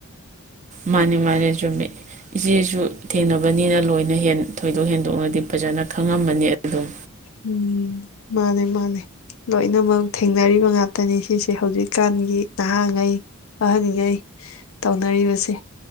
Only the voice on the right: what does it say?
ꯃꯥꯅꯦ ꯃꯥꯅꯦ ꯆꯨꯝꯃꯤ ꯏꯆꯦꯁꯨ ꯊꯦꯡꯅꯕꯅꯤꯅ ꯂꯣꯏꯅ ꯊꯣꯏꯗꯣꯛ ꯍꯦꯟꯗꯣꯛꯅꯗꯤ ꯐꯖꯅ ꯈꯪꯉꯝꯃꯅꯤ ꯑꯗꯨꯝ